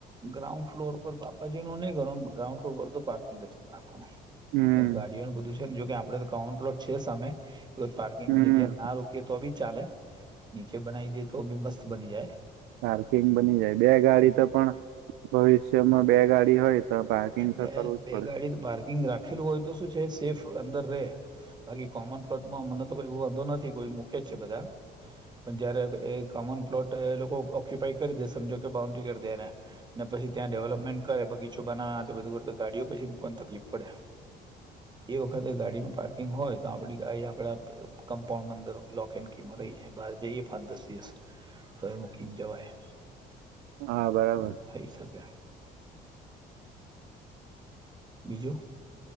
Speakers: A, on the right; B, on the right.
A: ગ્રાઉન્ડ ફ્લોર પર બાપાજી નો નહીં કરવાનું ગ્રાઉન્ડ ફ્લોર પર તો પાર્કિંગ જ ખના આમ એ
B: હમ
A: ને ગાડીઓનું બધું છે ને જોકે આપડે તો ગ્રાઉન્ડ ફ્લોર છે સામે પ-પાર્કિંગની
B: હમ
A: જગ્યાના રોકીએ તો બી ચાલે. નીચે બનાવી દે તો બી મસ્ત બની જાય
B: પાર્કિંગ બની જાય બે ગાડી તો પણ ભવિષ્યમાં બે ગાડી હોય તો પાર્કિંગ તો
A: બે
B: કરવું જ
A: બે
B: પડે
A: ગાડી પાર્કિંગ રાખેલું હોય તો શું છે સેફ અંદર રે બાકી કોમન પ્લોટમાં મને તો કોઈ એવ વાંધો નથી કોઈ મૂકે જ છે બધા. પણ જયારે એ કોમન પ્લોટ એ લોકો ઓક્યુપાય કરી દે સમજો કે બાઉન્ડ્રી કરી દે એને ને પછી ત્યાં ડેવલપમેન્ટ કરે બગીચો બનાવવાના બધું કર તો ગાડીઓ પછી મૂકવાની તકલીફ પડે. એ વખતે ગાડીનું પાર્કિંગ હોય તો આપડી ગાડી એ આપડા કમ્પાઉન્ડ માં અંદર લોકે એન કીમાં રહે બાર જઈએ પાંચ દસ દિવસ તો એ મૂકીને જવાય.
B: હા બરાબર
A: બ થઈ શકે. બીજું